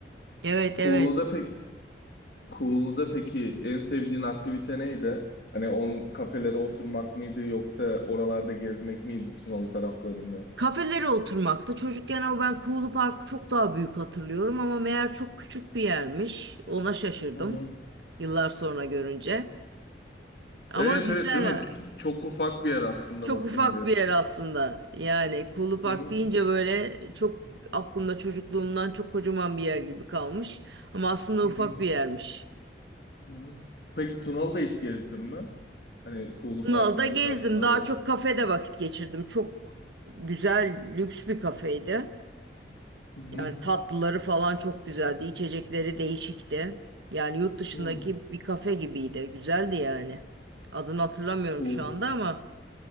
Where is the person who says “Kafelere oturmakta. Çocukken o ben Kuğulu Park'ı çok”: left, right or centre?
Right